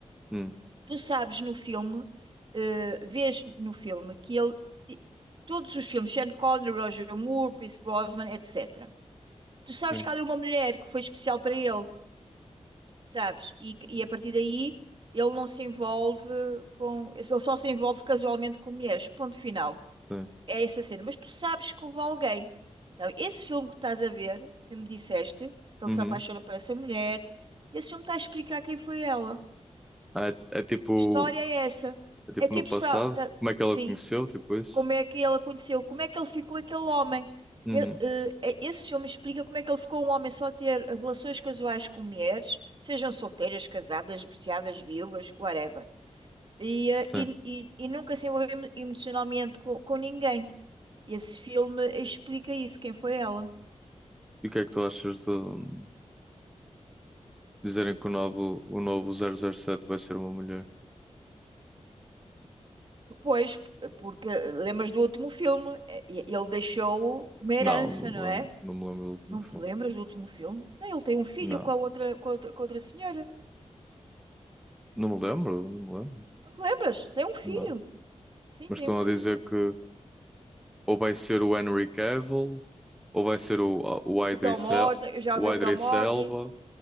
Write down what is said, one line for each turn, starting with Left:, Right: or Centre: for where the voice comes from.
Centre: Hum.
Right: tu sabes no filme, eh, vês no filme que ele, todos os filmes, Sean Connery, Roger Moore, Pierce Brosnan, etc. Tu sabes
Centre: Sim.
Right: que há ali uma mulher que foi especial para ele, sabes? E, que- e a partir daí ele não se envolve com. Ele só se envolve casualmente com mulheres. Ponto final.
Centre: Sim.
Right: É essa cena. Mas tu sabes que houve alguém. Então, esse filme que estás a ver, que me disseste, que
Centre: Uhum.
Right: ele se apaixona por essa mulher, esse filme está a explicar quem foi ela.
Centre: Ah, é, é tipo.
Right: História é essa.
Centre: É tipo
Right: É tipo,
Centre: no passado.
Right: está, tá-
Centre: Como é que ela
Right: sim,
Centre: conheceu? Tipo isso?
Right: como é que ela conheceu, como é que ele ficou aquele homem.
Centre: Uhum.
Right: Ele, eh, eh, esse filme explica como é que ele ficou um homem só a ter relações casuais com mulheres, sejam solteiras, casadas, divorciadas, viúvas, whatever. E, eh,
Centre: Sim.
Right: e, e, e nunca se envolveu emo- emocionalmente com, com ninguém. Esse filme explica isso, quem foi ela.
Centre: E o que é que tu achas de hum, dizerem que o novo, o novo zero zero sete vai ser uma mulher?
Right: Pois, porque eh, lembras do último filme, eh, ele deixou uma herança,
Centre: Não, não me
Right: não
Centre: lembro,
Right: é?
Centre: não me lembro do último
Right: Não
Centre: filme.
Right: te lembras do último filme? Não, ele tem um filho
Centre: Não.
Right: com a outra, com a outra, com a outra senhora.
Centre: Não me lembro, não me lembro.
Right: Não te lembras? Tem um filho.
Centre: Não.
Right: Sim,
Centre: Mas
Right: tem
Centre: estão
Right: um filho.
Centre: a dizer
Right: com-
Centre: que ou vai ser o Henry Cavill, ou vai ser o, o Idris
Right: O Tom Hardy,
Centre: El-
Right: eu já
Centre: o
Right: vi o
Centre: Idris
Right: Tom Hardy.
Centre: Elba.